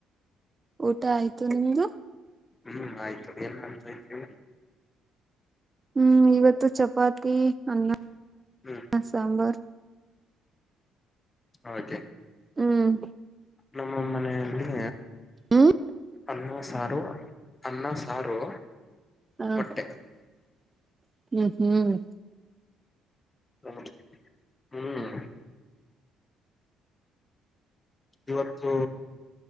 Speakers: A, on the right; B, on the left.
A: ಊಟ ಆಯ್ತು ನಿಮ್ದು.
B: ಹ್ಮ್ ಆಯ್ತು ಏನ್ ಮಾಡತಾಯ್ಡ್ದ್ರಿ.
A: ಹ್ಮ್ ಇವತ್ತು ಚಪಾತಿ ಅನ್ನ.
B: ಹ್ಞ.
A: ಸಾಂಬಾರ್.
B: ಹಾಗೆ.
A: ಹ್ಮ್.
B: ನಮ್ಮ ಮನೆಯಲ್ಲಿ.
A: ಹ್ಮ್
B: ಅನ್ನ ಸಾರು ಅನ್ನ ಸಾರು.
A: ಹಾ
B: ಮೊಟ್ಟೆ
A: ಹ್ಮ್ ಹ್ಮ್.
B: ಹ ಹ್ಮ್. ಇವತ್ತು